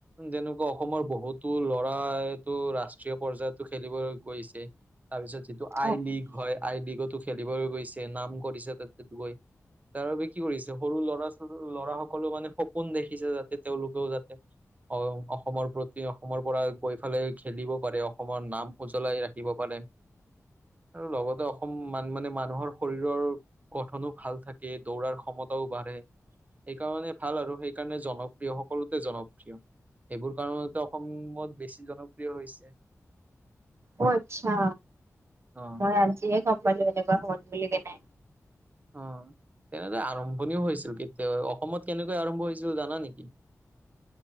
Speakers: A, on the right; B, on the right.
A: তেনেকুৱা অসমৰ বহুতো ল'ৰাই টো ৰাষ্ট্ৰীয় পৰ্যায়টো খেলিবলৈ গৈছে, তাৰপিছত যিটো আই
B: অ
A: লীগ হয় আই লীগটো খেলিবলৈ গৈছে, নাম কৰিছে তাতে গৈ। তাৰ বাবে কি কৰিছে সৰু ল'ৰা ছ ল'ৰা সকলেও মানে সপোন দেখিছে যাতে তেওঁলোকেও যাতে অ অসমৰ প্ৰতি অসমৰ পৰা গৈ ফালে খেলিব পাৰে, অসমৰ নাম উজ্বলাই ৰাখিব পাৰে। আৰু লগতে অসম মান মানে মানুহৰ শৰীৰৰ গঠনো ভাল থাকে দৌৰাৰ ক্ষমতাও বাঢ়ে। সেইকাৰণে ভাল আৰু সেইকাৰণে জনপ্ৰিয় সকলোতে জনপ্ৰিয়। সেইবোৰ কাৰণতে অসমত বেছি জনপ্ৰিয় হৈছে।
B: অঁ আচ্ছা,
A: অ
B: মই আজিহে গম পালো এনেকুৱা হ বুলি কেনে।
A: অ তেনেদৰে আৰম্ভণিও হৈছিল কেতিয়াবাই, অসমত কেনেকৈ আৰম্ভ হৈছিল জানা নেকি?